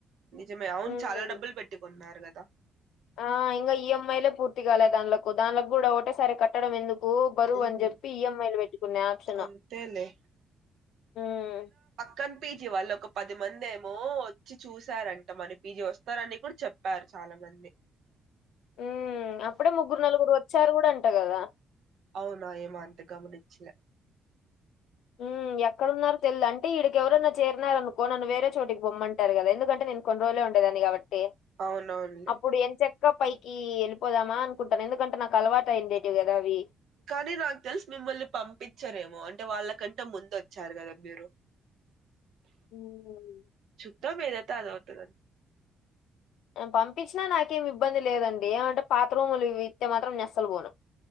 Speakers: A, on the right; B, on the left.
A: నిజమే అవును
B: హ్మ్.
A: చాలా డబ్బులు పెట్టీ కొన్నారు కదా
B: ఆ ఇంకా ఈఎంఐలే పూర్తిగాలే దాం దాంలకు కూడా ఒకటేసారి కట్టడం ఎందుకు బరువు
A: హ్మ్.
B: అని చెప్పి ఈఎంఐలు పెట్టుకున్న ఆప్షన్
A: అంతేలే.
B: ఉమ్
A: కానీ పీజీ వాళ్ళు ఒక పది మంది ఏమో వచ్చి చూసారంట మన పీజీ వస్తరని కూడా చెప్ ప్పారు చాలా మంది
B: ఉమ్ అప్పుడే ముగ్గురు నలుగురు వచ్చారు కూడా అంట కదా
A: అవునా ఏమంత గమనిచ్చలే
B: ఉమ్ ఎక్కడన్నారో తెల్ద అంటే వక్కడి ఎవరైన్నా చేరినార అనుకో నన్న వేరే చోటికి పమ్మంటారు కదా ఎందుకంటే నే కొన్ని రోలే ఉండేదాన్ని కాబట్టి
A: అవునవునులే
B: అప్పుడు ఎంచ ఇంకా పైకి ఏళ్పోదామా అనుకుంటాను ఎందుకంటే నాకు అలవాటయిండేటివి కదా అవి
A: కానీ నాక్ తెలుస్ మిమ్మల్ని పంపించరేమో అంటే వాళ్ళ కంటే ముందు వచ్చారు కదా మీరు
B: హ్మ్.
A: చూద్దాం ఏది అయితే అది అవుతది
B: పంపించినా నాకేమి ఇబ్బంది లేదండి ఏమంటే పాత రూమ్లు ఇవి ఇత్తే మాత్రం నెనస్సలు పోను